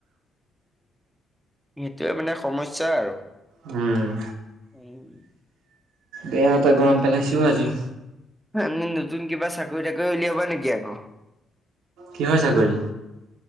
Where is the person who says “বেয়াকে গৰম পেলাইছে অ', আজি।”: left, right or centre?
Right